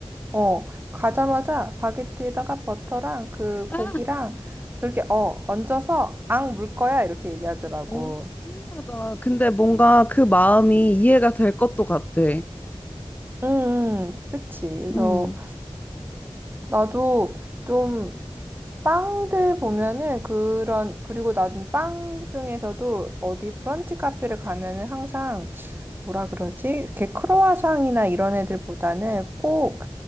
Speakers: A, on the right; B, on the left.
A: 어, 가자마자 바게트에다가 버터랑 그
B: 아.
A: 고기랑 이렇게 어, 얹어서 앙 물 거야 이렇게 얘기하더라고.
B: 오, 신기하다. 근데 뭔가 그 마음이 이해가 될 것도 같아.
A: 응 음, 그치. 그래서
B: 음.
A: 나도 좀 빵들 보면은 그런 그리고 나는 빵 중에서도 어디 브런치 카페를 가면은 항상 뭐라 그러지? 이렇게 크로와상이나 이런 애들보다는 꼭